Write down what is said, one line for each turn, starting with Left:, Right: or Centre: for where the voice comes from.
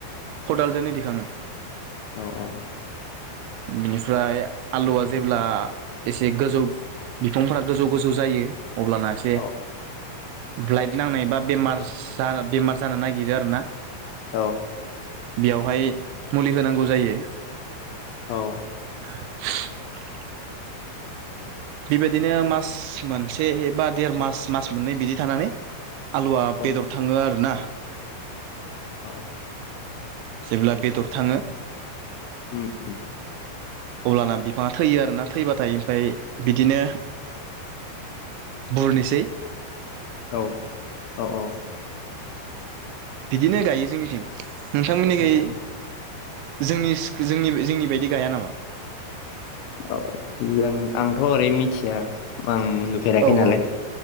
Right: खदालजोंनो दिखाङो।
Left: औ औ
Right: बेनिफ्राय आलुआ जेब्ला एसे गोजौ बिफांफोरा गोजौ गोजौ जायो अब्लाना एसे
Left: औ
Right: ब्लाइड नांनायबा बेमारस बेमार जानो नागिरो आरो ना।
Left: औ
Right: बेयावहाय मुलि होनांगौ जायो।
Left: औ
Right: <inaudible> बेबायदिनो मास मोनसे बा देर मास मास मोननै बिदि थानानै आलुआ
Left: औ
Right: बेदर थाङो आरो ना।
Left: औ
Right: जेब्ला बेदर थाङो
Left: उम
Right: अब्लाना बिफाङा थैयो आरोना थैबाथाय ओमफ्राय बिदिनो बरनिसै
Left: औ औ औ।
Right: बिदिनो गायो जोंनिथिं। नोंथांमोननि
Left: औ
Right: खै
Left: औ
Right: जोंनि जोंनि जोंनि बायदि गाया नामा
Left: औ जों आंथ ओरै मिथिया आं नुफेराखै
Right: औ
Left: नालाय
Right: औ